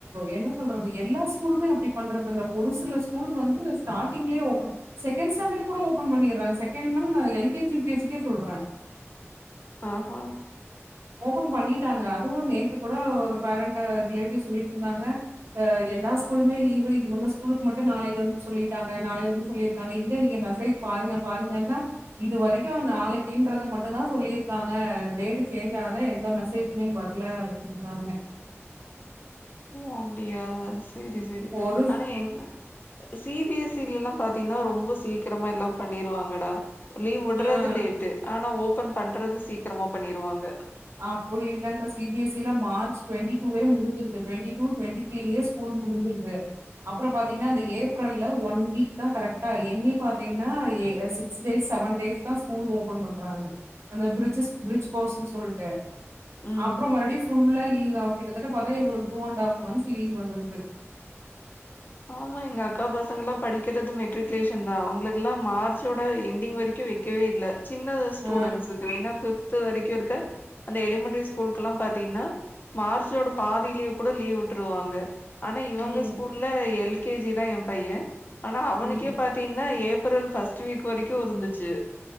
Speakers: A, on the right; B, on the left.
A: என்ன சொல்றது எல்லா ஸ்கூலுமே அப்டி பண்றதுல்ல ஒரு சில ஸ்கூல் வந்து ஸ்டார்டிங்லே ஓபன் செகண்ட் ஸ்டாண்டர்ட் கூட ஓபன் பண்ணிடுறாங்க செகண்ட் நான் L K G U K ஜிக்கே சொல்றேன்
B: <inaudible> ஆஹஹா
A: ஓபன் பண்ணிட்டாங்க அதுவு நேத்து கூட ஒரு பேரண்ட் ரிலேட்டிவ் சொல்லிட்டு இருந்தாங்க எல்லா ஸ்கூலுமே லீவு இவங்க ஸ்கூலுக்கு மட்டு நாளைல இருந்து சொல்லிட்டாங்க நாளைலருந்து சொல்லிருக்காங்க இல்ல நீங்க மெசேஜ் பாரு ங்க பாருங்கன்னா இது வரைக்கு நாளைக்குன்றத மட்டும் தான் சொல்லியிருக்காங்க டேட்டு சேஞ்ச் ஆகுத எந்த மெசேஜுமே வரல அப்புடினாங்க
B: ஓ அப்படியா சேரி சேரி
A: ஒரு
B: ஆனா எங்க சி பி எஸ் சில்லாம் பாத்தீங்கன்னா ரொம்ப சீக்கிரமா எல்லா பண்ணிருவாங்கடா லீவ் விடுறது
A: ஆ.
B: லேட்டு ஆனா ஓபன் பண்றது சீக்கீரமா பண்ணிருவாங்க
A: அப்டி இல்லக்கா சி பி எஸ் சி ல மார்ச் டுவண்டிடூவெ முடிஞ்சுறுது டுவண்டிடூ டுவண்டித்ரிலே ஸ்கூல் முடிஞ்சிருது அப்றோ பாத்தீங்கன்னா அந்த ஏப்ரல்ல ஒன் வீக் தான் கரெக்டா என்னி பாத்தீங்கன்னா சிக்ஸ் டேஸ் செவன் டேஸ் தான் ஸ்கூல் ஓபன் பண்றாங்க அந்த பிரிட்ஜஸ் பிரிட்ஜ் கோர்ஸ்ன்னு சொல்ட் டு
B: ம்.
A: அப்றோ மறுபடியு ஃபுல்லா லீவ் தான் கிட்டதட்ட பாத்தா எங்களுக்கு two and half months leave வந்துருது
B: ஆமா எங்க அக்கா பசங்கல்லாம் படிக்கிறது மெட்ரிகுலேஷன் தான் அவங்களுக்கெல்லா மார்ச்சோட எண்டிங் வரைக்கு வைக்கவே இல்லை சின்ன ஸ்டூடெண்ஸ்க்கு
A: ஆ,
B: ஏன்னா பிப்து வரைக்கு இருக்க அந்த எலிமெண்ட்ரி ஸ்கூலுக்கெல்லா பாத்தீங்கன்னா மார்ச்சோட பாதிலயே கூட லீவ் விட்டுருவாங்க ஆனா இவங்க
A: ம்,
B: ஸ்கூல்ல எல் கே ஜி தான் என் பையன் ஆனா அவனுக்கே
A: ம்,
B: பாத்தீங்கன்னா ஏப் ரல் ஃப்ர்ஸ்ட் வீக் வரைக்கு இருந்துச்சு